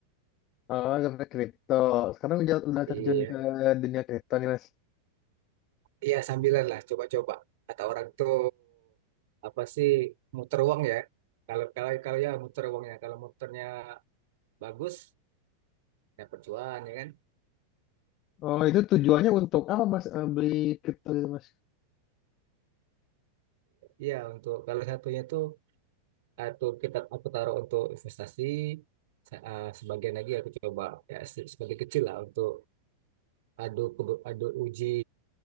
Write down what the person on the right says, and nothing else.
Iya,
iya sambilan lah coba-coba. Kata orang tuh apa sih muter uang ya? Kalau kalau kalau ya muter uangnya. Kalau muternya bagus, ya cuan ya kan?
Iya untuk kalau satunya tuh atau kita aku taruh untuk investasi, sa- eh, sebagian lagi aku coba ya se- sebagai kecil lah untuk adu kebe- adu uji